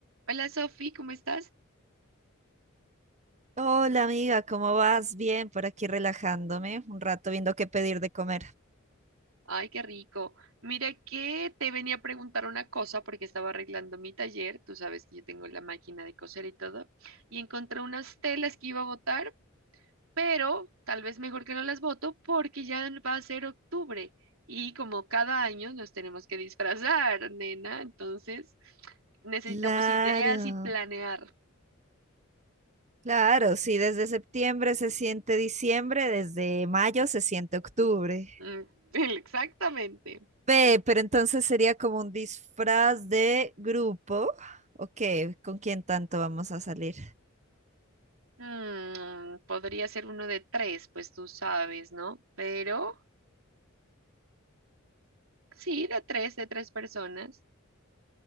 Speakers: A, on the right; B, on the right.
A: Hola Sofi, ¿cómo estás?
B: Hola amiga, ¿cómo vas? Bien, por aquí relajándome, un rato viendo qué pedir de comer.
A: Ay, qué rico. Mira que te venía a preguntar una cosa porque estaba arreglando mi taller, tú sabes que yo tengo la máquina de coser y todo, y encontré unas telas que iba a botar, pero tal vez mejor que no las boto porque ya va a ser octubre y como cada año nos tenemos que disfrazar, nena, entonces necesitamos
B: Claro,
A: ideas y planear.
B: claro, sí, desde septiembre se siente diciembre, desde mayo se siente octubre.
A: Mm, <laughs> Exactamente.
B: Ve, pero entonces sería como un disfraz de grupo. ¿O qué? ¿Con quién tanto vamos a salir?
A: Mm, podría ser uno de tres, pues tú sabes, ¿no? Pero... Sí, de tres, de tres personas.